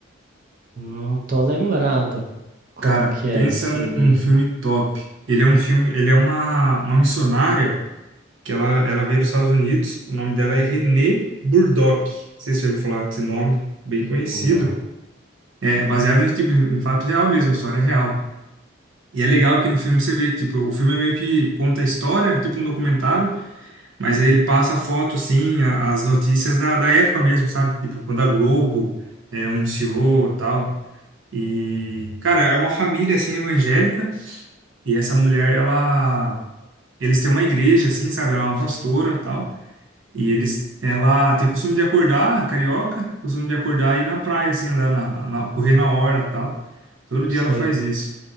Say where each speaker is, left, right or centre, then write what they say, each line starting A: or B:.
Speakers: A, on the right; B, on the right.
A: Não tô lembrado como
B: Cara,
A: que é
B: pensa
A: esse filme.
B: num, num filme top. Ele é um filme, ele é uma, uma missionária. que ela, ela veio dos Estados Unidos. O nome dela é Renée Burdock. Não sei se você já ouviu falar desse nome, bem conhecido.
A: Não
B: É baseado em, tipo, em fato real mesmo, história real. E é legal que no filme você vê que tipo, o filme é meio que conta a história, tipo um documentário, mas aí ele passa a foto, assim, a- as notícias da, da época mesmo, sabe? Tipo, quando a Globo é, anunciou e tal. E, cara, é uma família, assim, evangélica, e essa mulher, ela... Eles têm uma igreja, assim, sabe? Ela é uma pastora, e tal. E eles, ela tem costume de acordar, carioca, costume de acordar e ir na praia, assim, andar na, na, na- correr na orla, tal. Todo dia
A: sei.
B: ela faz isso.